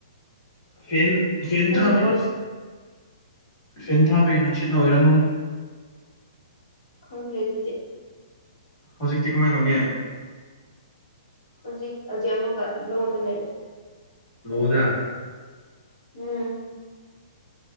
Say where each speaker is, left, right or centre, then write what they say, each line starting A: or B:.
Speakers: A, on the left (about 35°); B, on the left (about 85°).
A: ꯐꯦꯟ ꯐꯦꯟ
B: ꯅꯪꯒꯤ
A: ꯊꯥꯕꯩ
B: ꯚꯣꯏꯁ
A: ꯐꯦꯟ ꯊꯥꯕꯒꯤ ꯅꯨꯡꯁꯤꯠꯅ ꯑꯣꯏꯔꯝꯒꯅꯤ
B: ꯈꯪꯗꯦ ꯑꯗꯨꯗꯤ
A: ꯍꯧꯖꯤꯛꯇꯤ ꯀꯃꯥꯏꯅ ꯇꯧꯒꯦ
B: ꯍꯧꯖꯤꯛ ꯍꯧꯖꯤ ꯑꯃꯒ ꯅꯣꯗ ꯂꯩꯔꯦ
A: ꯂꯣꯏꯅ
B: ꯎꯝ